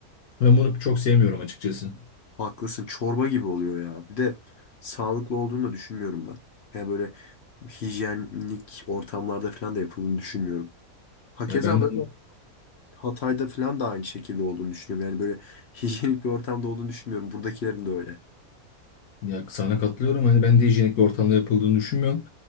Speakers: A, on the left; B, on the left.
A: Ben bunu çok sevmiyorum açıkçası.
B: Haklısın. Çorba gibi oluyor ya. Bir de sağlıklı olduğunu da düşünmüyorum ben. Yani böyle hijyenik ortamlarda falan da yapıldığını düşünmüyorum. Hakeza
A: Ya benden.
B: böyle Hatay'da falan da aynı şekilde olduğunu düşünüyorum. Yani böyle <laughs> hijyenik bir ortamda olduğunu düşünmüyorum. Buradakilerin de öyle.
A: Ya sana katılıyorum. Hani ben de hijyenik bir ortamda yapıldığını düşünmüyorum.